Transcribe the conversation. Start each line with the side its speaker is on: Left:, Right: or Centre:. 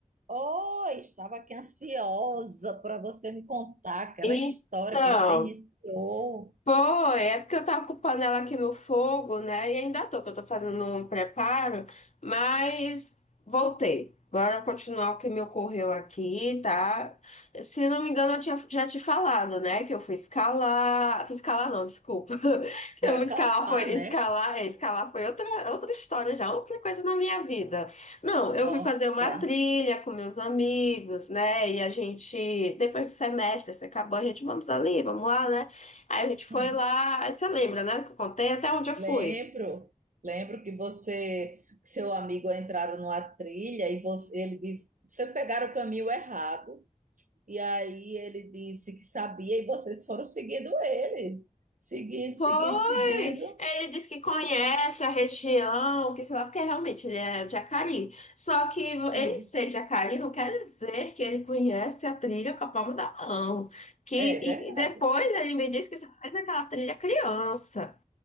Right: Oi, estava aqui ansiosa para você me contar aquela
Left: Então,
Right: história que você iniciou.
Left: Foi, é porque eu tava ocupando ela aqui no fogo, né? E ainda tô, que eu tô fazendo um preparo, mas voltei. Bora continuar o que me ocorreu aqui, tá? Se não me engano, eu tinha, já te falado, né? Que eu fui escalar. Fui escalar, não, desculpa. <laughs> Que
Right: Foi
Left: eu
Right: acampar,
Left: fui escalar foi. Escalar,
Right: né?
Left: é, escalar foi outra, outra história já, outra coisa na minha vida. Não, eu
Right: Nossa,
Left: fui fazer uma trilha com meus amigos, né? E a gente, depois do semestre, assim, acabou, a gente vamos ali, vamos lá, né? Aí a gente foi
Right: hum,
Left: lá, aí você lembra, né, que eu contei até onde eu fui.
Right: lembro. Lembro que você, que seu amigo entraram numa trilha e você, ele disse, vocês pegaram o caminho errado. E aí ele disse que sabia e vocês foram seguindo ele. Seguindo,
Left: Foi!
Right: seguindo, seguindo.
Left: Ele disse que conhece a região, que sei lá, porque realmente ele é de Jacari. Só que ele
Right: Sim,
Left: ser de Jacari não quer dizer que ele conhece a trilha com a palma da mão. Que
Right: é verdade.
Left: e- e depois ele me disse que só fez aquela trilha criança.